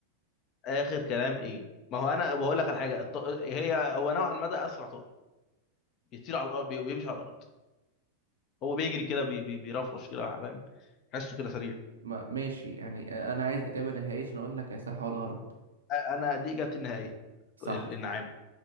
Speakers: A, on the left; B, on the right.
A: اخر كلام ايه ما هو انا بقول لك على حاجه الط... هي هو نوعا ما ده اسرع طائر بيطير على الارض بي... بيمشي على الارض هو بيجري كده بي... بي... بيرفرش كده فاهم حسه كده سريع
B: ما ماشي يعني آه، أنا عايز إجابة نهائية عشان أقول لك يا صح ولا غلط
A: آه، انا دي اجابتي النهائيه
B: صح
A: ال- النعام